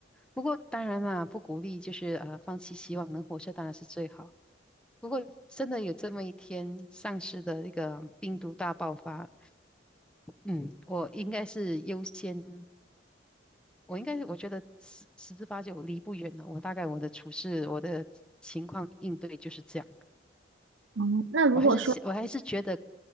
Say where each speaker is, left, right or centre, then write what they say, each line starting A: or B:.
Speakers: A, in the centre; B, on the right.
A: 不过当然啦，不鼓励就是呃放弃希望，能活着当然是最好。不过真的有这么一天，上市的那个病毒大爆发，嗯，我应该是优先，我应该是我觉得十十之八九离不远了。我大概我的处事，我的情况应对就是这样。
B: 嗯，那如果说，
A: 我还是希我还是觉得，